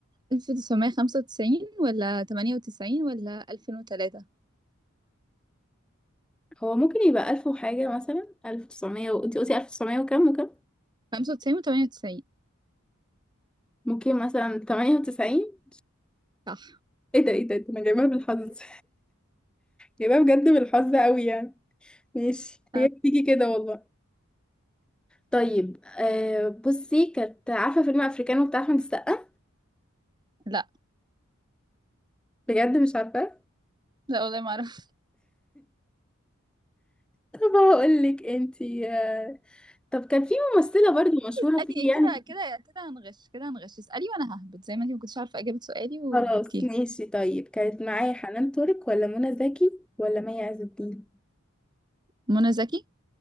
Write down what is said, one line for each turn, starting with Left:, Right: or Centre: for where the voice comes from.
Right: 1995 ولا 98 ولا 2003
Centre: هو ممكن يبقى ألف وحاجة مثلا ألف وتسعمية وانتي قلتي ألف وتسعمية وكام وكام
Right: 95 و98
Centre: ممكن مثلا تمانية وتسعين
Right: صح
Centre: ايه ده ايه ده إيه ده انا جايبها بالحظ يبقى بجد بالحظ قوي يعني ماشي
Right: أه،
Centre: هي بتيجي كده والله طيب آه بصي كانت عارفة فيلم افريكانو بتاع احمد السقا
Right: لا
Centre: بجد مش عارفة
Right: لا والله ما اعرف
Centre: طب هقول لك انتي آه، طب كان في ممثلة برضو مشهورة
Right: اسألي
Centre: فيه
Right: كده
Centre: يعني كانت-
Right: كده كده هنغش كده هنغش اسألي وانا ههبط زي ما انتي ما كنتش عارفة اجابة سؤالي وجبتيها
Centre: خلاص ماشي طيب كانت معايا حنان ترك ولا منى زكي ولا مي عز الدين
Right: منى زكي